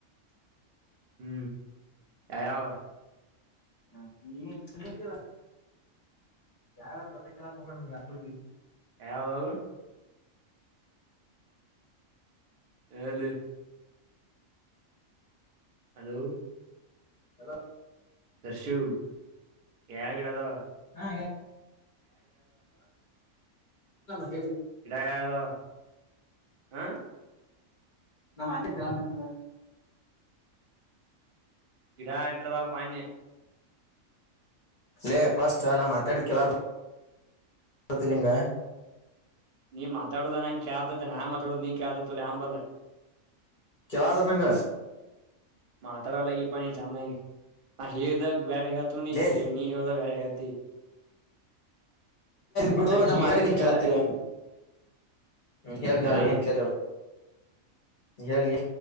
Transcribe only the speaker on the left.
ಹ ನೀವ ಯಾವ ತೊಟ ಕೆಲ್ಲ ತಗೋಣ ನಮ್ ಯಾಕು
ಹಲೋ
ಹಾ ಹೇಳ
ನ ಮ ಕೇಳತಲ್ಲ
ೇ ಪಸ್ಟ್ನ ಮಾತಾಡಿ ಕೆಲ ತಿಲಿಂಗ
ಕೆಲತ ಸಂಂಗ
ಲೇ
ಬಿಡು ನಾ್
ಮಾತಾಡ ನಿ
ಕಲತಿಲ್ವಾ ಹೇಳಿ ಹೇಳಿ
ಏನ್ ಕೇಳ ಹೇಳಿ ಹೇಳಿ